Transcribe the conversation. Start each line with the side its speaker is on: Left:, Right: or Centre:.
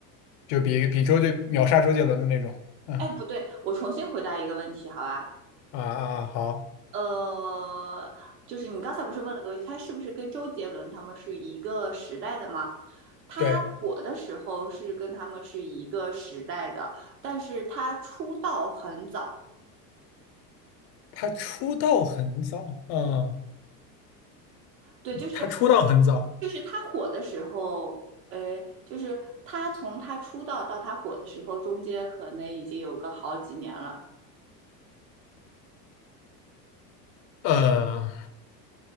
Left: 就比比周杰秒杀周杰伦的那种，嗯
Right: 哎，不对，我重新回答一个问题，好吧？
Left: 啊啊啊，好，
Right: 呃，就是你刚才不是问了个问题，他是不是跟周杰伦他们是一个时代的吗？他火的时候是跟他们是一个时代的，
Left: 对，
Right: 但是他出道很早，
Left: 他出道很早，嗯，
Right: 对，就是
Left: 他出道很早。
Right: 就是他火的时候，呃，就是他从他出道到他火的时候，中间可能已经有个好几年了。
Left: 呃，